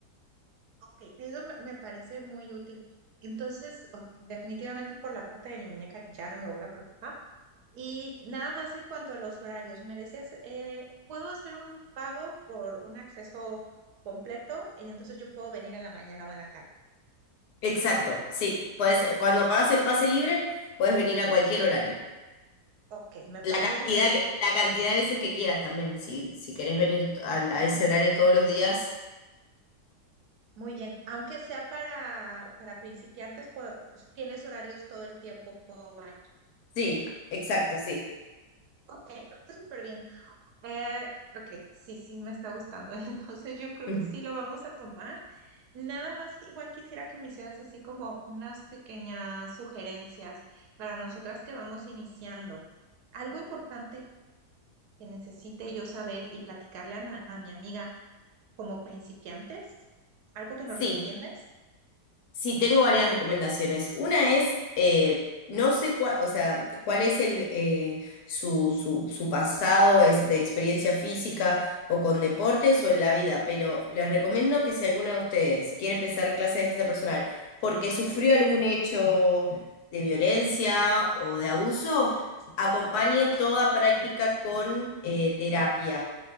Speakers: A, on the right; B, on the left.
A: Ok, eso me, me parece muy útil. Entonces, o- definitivamente por la parte de mi muñeca ya no me voy a preocupar. Y nada más en cuanto a los horarios, me decías, eh, ¿puedo hacer un pago por un acceso completo? Y entonces yo puedo venir en la mañana o en la tarde.
B: Exacto, sí. Podés- cuando pagas el pase libre, puedes venir a cualquier horario.
A: Ok, me parece
B: La cantidad
A: súper bien.
B: que, la cantidad de veces que quieras también, si, si querés venir a, a ese horario todos los días.
A: Muy bien, aunque sea para, para principiantes, pues, tienes horarios todo el tiempo. puedo venir.
B: Sí, exacto,
A: Ok,
B: sí.
A: ok, está súper bien. Eh, ok, sí, sí, me está gustando. <laughs> Entonces yo creo
B: Mm.
A: que sí lo vamos a tomar. Nada más, igual quisiera que me hicieras así como unas pequeñas sugerencias para nosotras que vamos iniciando. Algo importante que necesite yo saber y platicarle a, ma- a mi amiga como principiantes, algo que nos
B: Sí,
A: recomiendes.
B: Sí, tengo varias recomendaciones. Una es, eh, no sé cuál, o sea, cuál es el, eh, su, su, su pasado es de experiencia física o con deportes o en la vida, pero les recomiendo que si alguno de ustedes quiere empezar clase de defensa personal porque sufrió algún hecho de violencia o de abuso, acompañe toda práctica con eh, terapia.